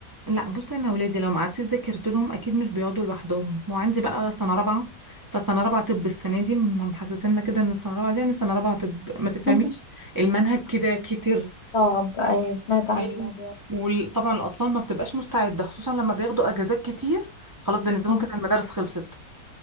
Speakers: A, on the right (about 25°); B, on the left (about 50°).
A: لا بصي انا ولادي لو ما قعدتش ذاكرت لهم اكيد مش بيقعدوا لوحدهم وعندي بقى سنه رابعه فسنه رابعه طب السنه دي م- محسسنا كده ان السنه رابعه دي يعني سنه رابعه طب ما
B: <laughs>
A: تفهميش المنهج كده كتير
B: صعب ايوه سمعت عن
A: ايوه
B: الموضوع
A: وطبعا الاطفال ما بتبقاش مستعده خصوصا لما بياخدوا اجازات كتير خلاص بالنسبه
B: ده.
A: لهم كده المدارس خلصت